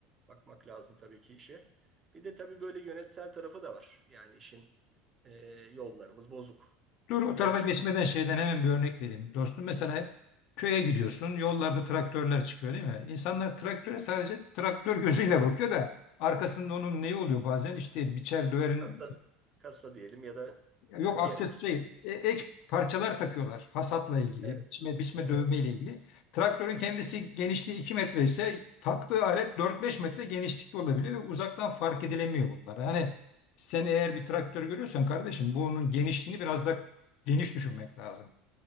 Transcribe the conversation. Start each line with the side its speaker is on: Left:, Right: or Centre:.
Right: bakmak lazım tabii ki işe. Bir de tabii böyle yönetsel tarafı da var. Yani işin e, yollarımız bozuk.
Left: Dur
Right: Bu
Left: o
Right: bir
Left: tarafa
Right: gerçek.
Left: geçmeden şeyden hemen bir örnek vereyim. Dostum mesela köye gidiyorsun. Yollarda traktörler çıkıyor değil mi? İnsanlar traktöre sadece traktör gözüyle bakıyor da arkasında onun neyi oluyor bazen? İşte biçer döverin
Right: Kasa, kasa diyelim ya da
Left: Yok
Right: yani
Left: aksesuar
Right: diğer ekip.
Left: değil. E, ek parçalar takıyorlar hasatla ilgili,
Right: Evet,
Left: biçme, biçme
Right: evet.
Left: dövme ile ilgili. Traktörün kendisi genişliği 2 metre ise taktığı alet dört beş metre genişlikte olabiliyor ve uzaktan fark edilemiyor bunlar. Yani sen eğer bir traktör görüyorsan kardeşim bunun genişliğini biraz da geniş düşünmek lazım.